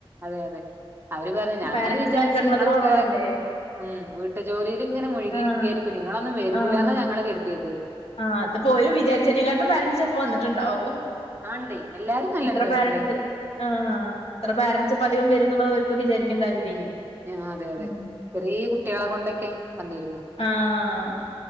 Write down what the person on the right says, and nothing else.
അതെ അതെ അവര് പറഞ്ഞു ഞങ്ങള്
വിചാരിച്ച്
നിങ്ങളൊക്കെ
ഉം വീട്ട് ജോലിയി ഇങ്ങനെ മുഴുകിയിരിക്കയായിരിക്കും
നിങ്ങളൊന്നും വരൂലാന്നാ
ഞങ്ങള് കരുതിയത്
ആണ്ടേ എല്ലാരും നല്ല
ഇൻട്രസ്റ്റില്
ഉം ആ അതെ അതെ
ചെറിയ കുട്ടികളെകൊണ്ടൊക്കെ വന്നിരുന്നു